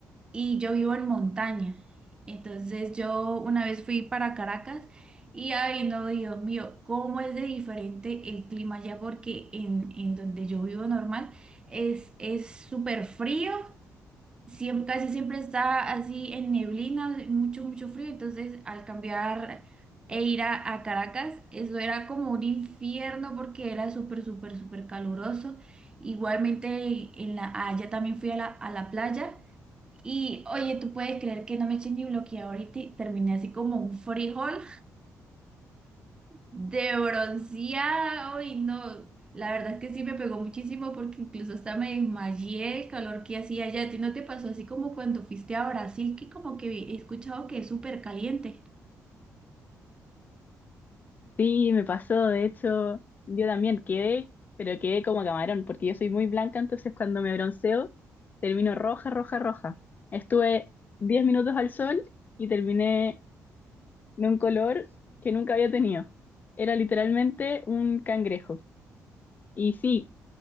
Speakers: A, on the right; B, on the left.
A: y yo vivo en montaña. Entonces yo una vez fui para Caracas y ay no, Dios mío, cómo es de diferente el clima allá porque en, en donde yo vivo normal es es súper frío, siempre, casi siempre está así en neblina, mucho, mucho frío. Entonces al cambiar e ir a, a Caracas, eso era como un infierno porque era súper, súper, súper caluroso. Igualmente en la, allá también fui a la, a la playa. Y oye, tú puedes creer que no me eché ni bloqueador y te- terminé así como un frijol de bronceado y no, la verdad es que sí me pegó muchísimo porque incluso hasta me desmayé el calor que hacía allá. ¿A ti no te pasó así como cuando fuiste a Brasil que como que he escuchado que es súper caliente?
B: Sí, me pasó, de hecho, yo también quedé, pero quedé como camarón, porque yo soy muy blanca, entonces cuando me bronceo, termino roja, roja, roja. Estuve 10 minutos al sol y terminé de un color que nunca había tenido. Era literalmente un cangrejo. Y sí,